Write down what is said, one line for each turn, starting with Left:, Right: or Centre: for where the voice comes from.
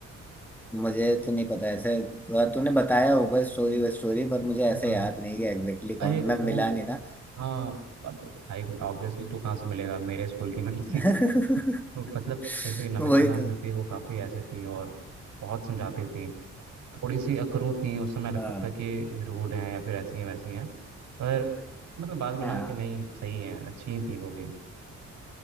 Centre: मुझे तो नहीं पता ऐसे वह तूने बताया होगा स्टोरी व स्टोरी पर मुझे ऐसे
Right: हाँ
Centre: याद नहीं कि एग्जैक्टली
Right: अरे
Centre: कौन
Right: वो
Centre: मैं मिला नहीं ना
Right: हाँ अब भाई ऑब्वियसली तू कहाँ से मिलेगा मेरे स्कूल की मैम
Centre: <laughs>
Right: थी <laughs> तो मतलब फिर भी नमिता
Centre: वही
Right: मैम
Centre: तो
Right: जो थी वो काफ़ी ऐसे थी और बहुत समझाती थी थोड़ी सी अकरूं थी उस समय लगता
Centre: हाँ
Right: था कि रूड हैं या फिर ऐसी हैं वैसी हैं पर मतलब बाद में
Centre: हाँ
Right: लगा कि नहीं सही हैं अच्छी थी वो भी